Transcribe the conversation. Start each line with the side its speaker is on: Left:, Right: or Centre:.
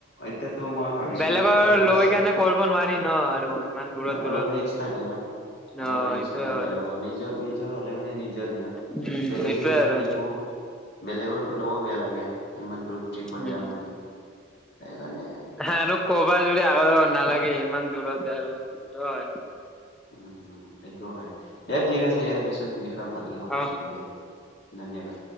Left: এতিয়াতো মই ভাবিছোঁ
Centre: বেলেগৰ
Left: একবাৰ,
Centre: লৈ কেনে কৰিব নোৱাৰি ন আৰু ইমান দূৰত দূৰত
Left: অলপ ৰিক্স থাকে না।
Centre: ন
Left: অলপ ৰিক্স
Centre: এইটোয়ে
Left: থাকে
Centre: হয়।
Left: বেলেগৰ, নিজৰ নিজৰ হ'লে মানে নিজৰে না,
Centre: উম
Left: বেলেগে
Centre: এইটোয়ে
Left: ইমান
Centre: আৰু
Left: দি বেলেগৰটো ল'ব বেয়া লাগে ইমান দূৰ ট্ৰিপত
Centre: উম
Left: যাম বুলি। সেইকাৰণে
Centre: আৰু ক'ৰবাত যোৰে আগতে নালাগে ইমান দূৰত আৰু সেইটো হয়।
Left: উ, উ, সেইটোও হয়। দিয়া ঠিক আছে ইয়াৰ পিছত বিষয়ে ভালকে কথা
Centre: অ
Left: পাতিম দিয়া। ধন্যবাদ।